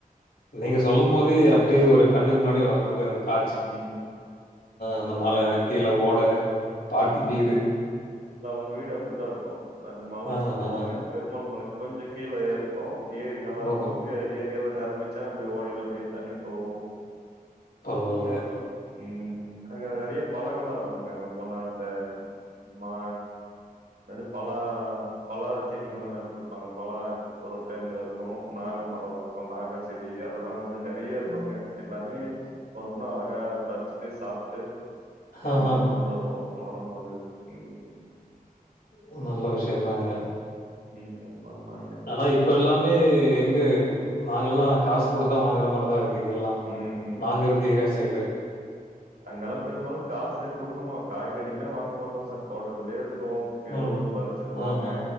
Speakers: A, on the left (about 80°); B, on the right (about 80°).
A: நீங்க சொல்லும் போத அப்டியே ஒரு கண்ணுக்கு முன்னாடி ஆ வருது அந்த காட்சு
B: ம் ஆமாங்க
A: அந்த
B: ஆமாங்க
A: மல கீழ ஓட பாட்டி
B: ம்
A: வீடு
B: இல்ல அவுங்க வீடு அப்டித்தா இருக்கூ அந்த மல
A: ஆ,
B: சொன்னம்
A: ஆ.
B: பாருங்க அந் பெருமாள் மல கொஞ்சோ கீழயே இருக்கோ ஏரிங்கல்லா
A: ஓஹோ!
B: இருக்கூ தெ ஏரியெல்லா நெரம்பச்சா அப்டி ஓடைல அப்டியே தண்ணி போவு
A: பரவாயில்லையே.
B: நல்லாருக்கூ ம் அங்க நெறைய பழங்களா இருக்குங்க அங்க போனா அந்த மா நது பலா பலா செடிகள்லா நட்ருப்பாங்க பலா ஒரு டைம்ல இருக்கோ நாக மரோ இருக்கூ நாக செடி அதெல்லா வந்து ந றயா இருக்குங்க
A: ம்.
B: எல்லாமே போனோம்னா அழகா பறிச்சுட்டு சாப்ட்டு ஊருக்கெல்லா
A: ஆஹா.
B: கொண்டு வருவோ வரம்போது ம்
A: ஒர் நல்ல விஷ்யந்தாங்க
B: நீங்க அம்மாமாங்க
A: ஆனா இப்ப எல்லாமே எங்கே நாங்கல்லா காசு குடுத்தா வாங்கற மாரிதா இருக்கு இங்கெல்லா
B: ம் ம்
A: நாங்க இருக்க ஏரா சைடு
B: அங்கெல்லா பெரும்பாலு காசெ கொடுக்குமா காய்கறிங்ளே வாங்க மாட்டோ சார் தோட்டத்துலே இருக்கூ ஏதோ
A: ம்.
B: ஒண்ணு பறிச்சிருவாங்க
A: ஆஹா.